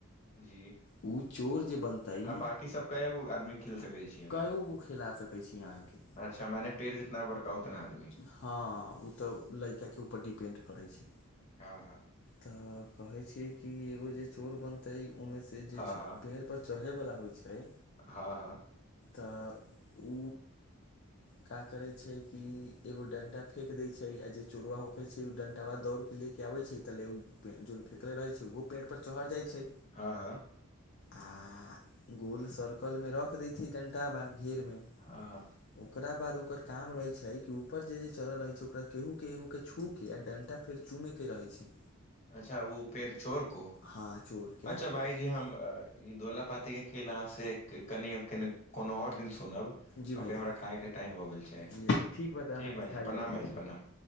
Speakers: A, on the left (about 30°); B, on the left (about 50°).
A: जी
B: उ चोर जे बनतै ई
A: आ बाँकी सभ कए गो आदमी खेल सकै छी एहिमे
B: कएो गो खिला सकै छी अहाँके
A: अच्छा मने पेड़ जितना बरका उतना आदमी
B: हँ उऽ तऽ लइका के ऊपर डिपेन्ड करै छै
A: हँ हँ
B: तऽ कहे छी कि एगो जे चोर बन तै ओहि मे से जे
A: हँ हँ
B: पेड़ पर चढ़ैवला होइ छै
A: हँ हँ
B: तऽ उ का करै छैय कि एगो डंटा फेेक देय छै आ जे चोरवा होके छै उ डंटवा दौड़ के ले के आबे छै तले उ फेर जो फेर उहे रहै छै ओहो पेड़ पर चहर जाइ छै
A: हँ हँ
B: आ गोल सरकल मे रख दै छै डंटाबा घेर मे
A: हँ
B: ओकरा बाद ओकर काम रहै छै कि ऊपर जे जे चरहल रहै छै ओकरा केहू केहु के छू के आ डंटा फेर चूमे के रहै छै
A: अच्छा उ पेड़ चोर को
B: हँ चोर के
A: अच्छा भाइजी
B: भाईजी
A: हम ई दोला पाती के खेल अहाँ से की कनि कनि कोनो आओर दिन सुनब अभी
B: जी भाइजी
A: हमरा खाय के टाइम हो गेल छै
B: जी भाइजी बा तऽ
A: ठीक
B: अहाँके
A: भाायजी
B: खायल
A: प्रणाम
B: जाइ छै
A: भाायजी प्रणाम